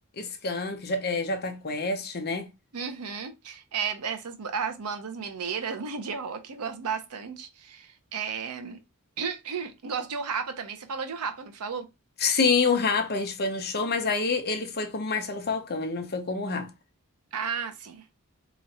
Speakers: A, on the left; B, on the right.
A: Skank, J- é, Jota Quest, né?
B: Uhum. É, essas as bandas mineiras, <laughs> né, de rock, eu gosto bastante. É, <clears throat> Gosto de O Rapa também. Você falou de O Rapa, não falou?
A: Sim, o Rapa, a gente foi no show, mas aí ele foi como Marcelo Falcão, ele não foi como o Rapa.
B: Ah, sim.